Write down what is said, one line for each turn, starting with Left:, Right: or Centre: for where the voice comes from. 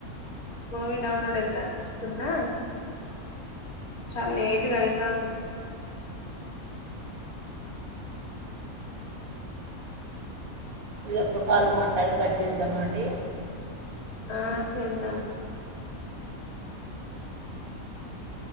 Left: మూవీ డౌన్లోడ్ అయిందని చున్నా చాల్లేటుగా అయితాంద్
Right: ఈ ఒక్క కాల్ మాట్లాడి కట్ చేద్దమా అండి
Left: ఆ చేద్దాం